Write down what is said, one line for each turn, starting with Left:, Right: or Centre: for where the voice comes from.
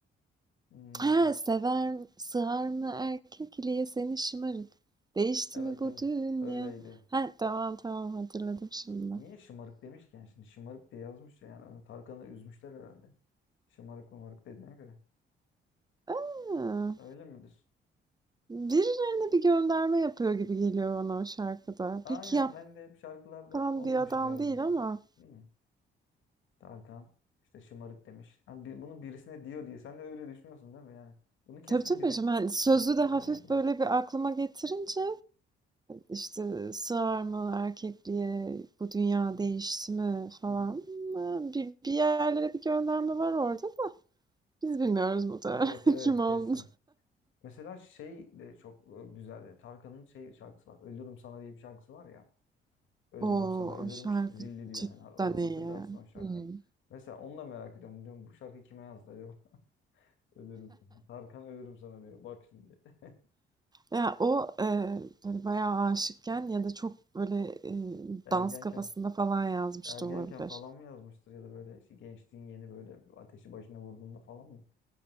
Left: Hmm,
Right: Ha, sever, sığar mı erkek iliğe seni şımarık? Değişti
Left: evet
Right: mi bu
Left: evet
Right: dünya?
Left: öyleydi.
Right: Ha, tamam tamam hatırladım şimdi.
Left: Niye şımarık demişken şimdi şımarık diye yazmış ya yani onu Tarkan'ı üzmüşler herhalde. Şımarık mımarık dediğine göre.
Right: Ha,
Left: Öyle midir?
Right: birilerine bir gönderme yapıyor gibi geliyor bana o şarkıda.
Left: Aynen
Right: Peki
Left: ben de hep şarkılarda
Right: yapan
Left: onu
Right: bir adam
Left: düşünüyorum
Right: değil
Left: yani.
Right: ama.
Left: Hmm. Tarkan işte şımarık demiş. Yani bir- bunu birisine diyor diye. Sen de öyle düşünüyorsun değil mi yani? Bunu kesin
Right: Tabii tabii
Left: biri,
Right: şimdi hani sözü
Left: biri
Right: de
Left: diyor
Right: hafif
Left: yani bu.
Right: böyle bir aklıma getirince işte sığar mı erkekliğe bu dünya
Left: Hı
Right: değişti mi falan.
Left: hı. hı.
Right: Ha, Bir, bir yerlere bir gönderme var orada. Biz bilmiyoruz bu da
Left: Evet
Right: <laughs>
Left: evet
Right: kim olduğunu.
Left: kesin. Mesela şey de çok e, güzeldi. Tarkan'ın şey şarkısı var. Ölürüm sana diye bir şarkısı var ya. Ölürüm
Right: O,
Left: sana ölürüm
Right: o şarkı
Left: işte zilli diyor.
Right: cidden
Left: Hani onu
Right: iyi.
Left: hatırlarsın o şarkıyı.
Right: Hımm.
Left: Mesela onu da merak ediyorum. Diyorum bu şarkıyı kime yazdı acaba? <laughs> Ölürüm sana. Tarkan ölürüm sana diyor. Bak şimdi. <laughs>
Right: Ya, o, eee, böyle bayağı aşıkken ya da çok böyle, eee,
Left: Ergenken.
Right: dans kafasında falan yazmış
Left: Ergenken
Right: da olabilir.
Left: falan mı yazmıştır ya da böyle işte gençliğin yeni böyle ateşi başına vurduğunda falan mı?